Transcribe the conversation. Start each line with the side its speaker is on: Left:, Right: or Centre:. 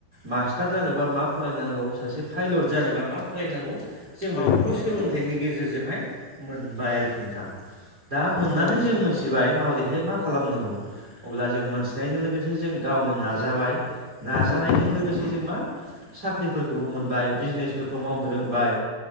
Right: मास्टार जानोबा मा फरायनांगौ सासे पाइलट जानोबा मा फरायनांगौ जों
Left: औ
Right: बेफोरखौ
Left: नंगौ नोंथां
Right: सोलोंथाइनि गेजेरजोंहाय मोनबाय आरोखि नोंथां। दा मोननानै
Left: औ नंगौ
Right: जों मोनथिबाय
Left: नोंथां
Right: माबोरैहाय मा खालामनांगौ। अब्ला जों मोन्थिनायजों लोगोसे जों गावनो नाजाबाय नाजानायजों
Left: औ नंगौ
Right: लोगोसे
Left: नोंथां
Right: जों मा साख्रिफोरखौबो मोनबाय बिजनेसफोरखौ मावनो रोंबाय।